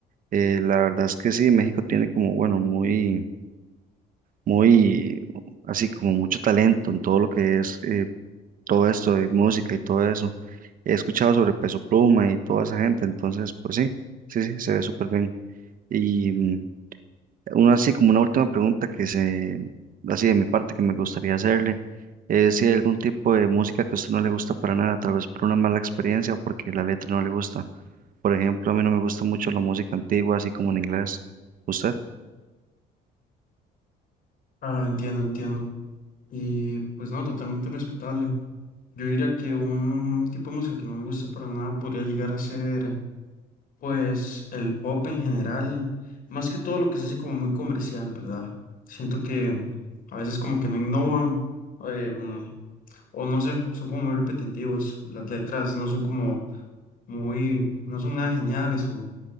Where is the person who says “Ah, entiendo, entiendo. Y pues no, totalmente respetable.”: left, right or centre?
Left